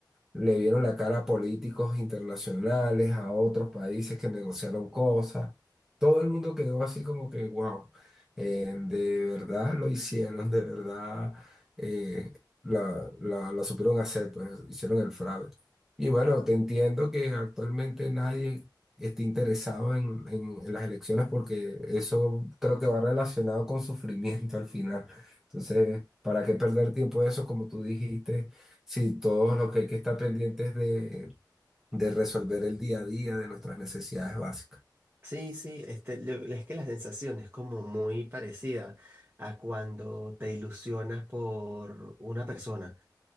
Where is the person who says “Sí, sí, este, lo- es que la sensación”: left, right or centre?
Right